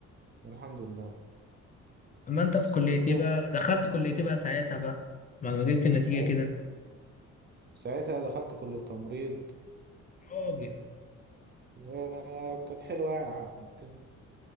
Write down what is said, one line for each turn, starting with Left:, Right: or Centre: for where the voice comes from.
Right: الحمد لله
Left: اما انت في
Right: بس
Left: كليتي
Right: برضه
Left: بقى دخلت كليتي بقى ساعتها بقى بعد ما جبت النتيجه
Right: ساعتها
Left: كده
Right: ساعتها دخلت كلية التمريض
Left: راجل
Right: وكانت حلوة يعني. كان-